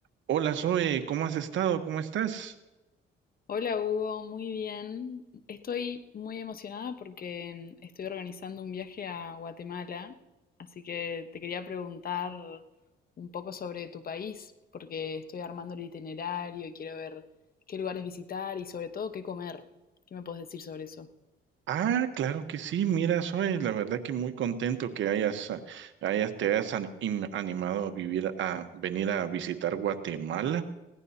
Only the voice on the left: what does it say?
Hola Hugo, muy bien. Estoy muy emocionada porque mm, estoy organizando un viaje a Guatemala, así que te quería preguntar un poco sobre tu país, porque estoy armando el itinerario y quiero ver qué lugares visitar y sobre todo qué comer. ¿Qué me puedes decir sobre eso?